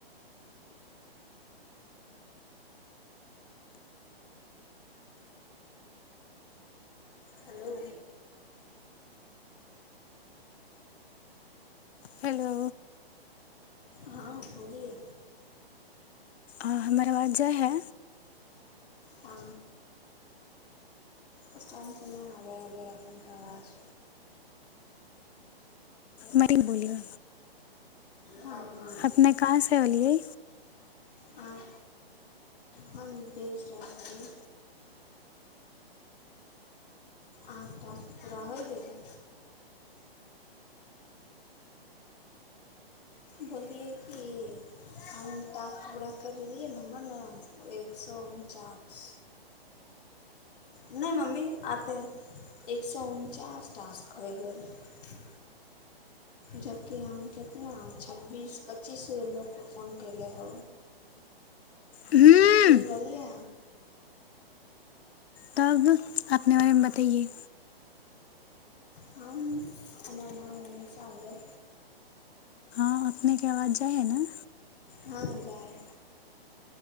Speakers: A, on the left; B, on the left.
A: hello
B: hello
A: हँ बोलिए
B: आ हमर आवाज जाइ है
A: आ उस टाइम सँ ना आरहले है अपन के आवाज
B: मे बोलियौ
A: हँ हँ
B: अपने कहाँ सँ होलियै
A: आँ हम बेगूसराय छलै आ टास्क पूरा होइ गेल बोललि ये कि हम टास्क पूरा करि रहिै ने हमर ने एक सए उनचास नहि मम्मी आते एक सए उनचास नै मम्मी अते है टास्क होै गेल रहै जबकि हम केितना छब्बीस पच्चीस ग लोकोके फोन कयले हो
B: हूँ
A: सूइन लेलिया
B: तब अपने बारे मे बताइए
A: हम हम्मर नाम उमिशा भेल
B: अपने के आवाज जाइ हइ ने
A: हँ जाऽ